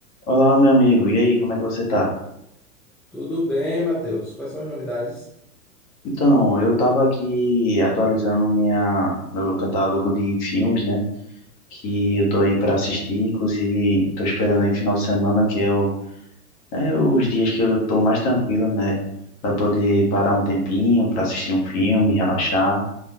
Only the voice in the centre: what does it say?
Tudo bem, Matheus. Quais são as novidades?